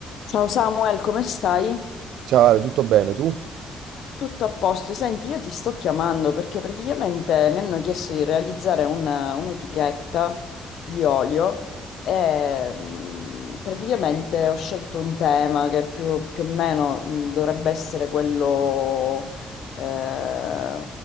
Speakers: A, on the left (about 70°); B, on the right (about 80°).
A: Ciao Samuel, come stai?
B: Ciao Ale, tutto bene tu?
A: Tutto a posto. Senti, io ti sto chiamando perché praticamente mi hanno chiesto di realizzare una- un'etichetta di olio e mh, praticamente ho scelto un tema che più, più o meno mh, dovrebbe essere quello eh,